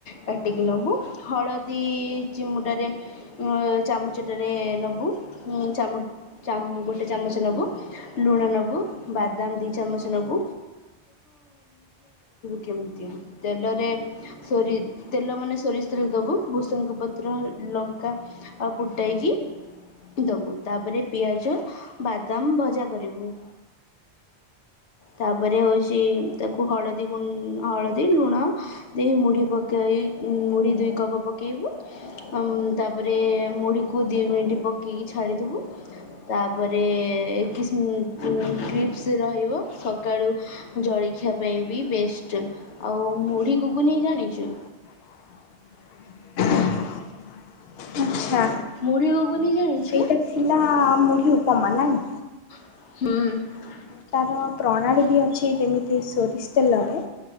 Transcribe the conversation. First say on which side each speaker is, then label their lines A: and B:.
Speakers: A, on the left; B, on the left.
A: କାଟିକି ନେବୁ ହଳଦୀ ଚିମୁଟାରେ ଉ ଚାମଚଟାରେ ନବୁ ହୁଁ ଚାମୁ ଚାମ ଗୋଟେ ଚାମଚ ନେବୁ ଲୁଣ ନେବୁ ବାଦାମ ଦୁଇ ଚାମଚ ନେବୁ କେମିତି ତେଲରେ ସୋରି ତେଲ ମାନ ସୋରି ସୋରିଷ ତେଲ ଦେବୁ ଭୂସଙ୍ଗ ପତ୍ର ଲଙ୍କା ଆଉ ଫୁଟାଇକି ଦବୁ ତାପରେ ପିଆଜ ବାଦାମ ଭଜା କରିବୁ ତାପରେ ହେଉଛି ତାକୁ ହଳଦୀ ଗୁ ହଳଦୀ ଲୁଣ ଦେଇ ମୁଢ଼ି ପକାଇ ମୁଢ଼ି ଦୁଇ କପ ପକାଇବୁ ଉଁ ତାପରେ ମୁଢ଼ିକୁ ଦୁଇ ମିନିଟ୍ ପକାଇକି ଛାଡ଼ିଦେବୁ ତାପରେ କିମି କ୍ରିପ୍ସ ରହିବ। ସକାଳୁ ଜଳଖିଆ ପାଇଁ ବି ବେଷ୍ଟ ଆଉ ମୁଢ଼ି ଘୁଗୁନି ଜାଣିଛୁ।
B: <inaudible> ଆଚ୍ଛା।
A: ମଢି ଘୁଗୁନି ଜାଣିଛୁ।
B: ଏଇଟା ଥିଲା ମୁଢି ଉପମା ନାଇଁ।
A: ହୁଁ।
B: ତାର ପ୍ରଣାଳୀ ବି ଅଛି ଯେମିତି ସୋରିଷ ତେଲରେ